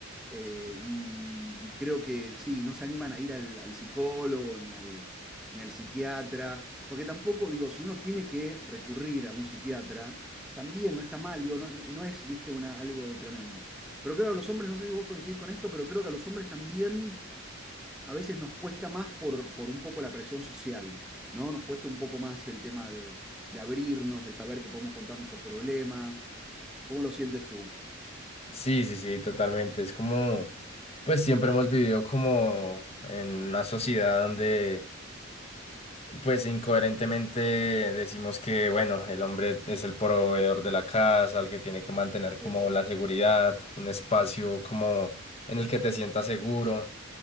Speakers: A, in the centre; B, on the left (about 30°).
A: eh, y, y, creo que sí, no se animan a ir al, al psicólogo ni al, ni al psiquiatra, porque tampoco digo, si uno tiene que recurrir a un psiquiatra, también no está mal, digo, no, no no es, viste, una, algo tremendo. Pero creo que a los hombres, no sé si vos coincidís con esto, pero creo que a los hombres también a veces nos cuesta más por, por un poco la presión social, ¿no? Nos cuesta un poco más el tema de, de abrirnos, de saber que podemos contar nuestros problemas. ¿Cómo lo sientes tú?
B: Sí, sí, sí, totalmente. Es como, pues siempre hemos vivido como en una sociedad donde, pues incoherentemente decimos que, bueno, el hombre es el proveedor de la casa, el que tiene que mantener como
A: Eso.
B: la seguridad, un espacio como en el que te sientas seguro.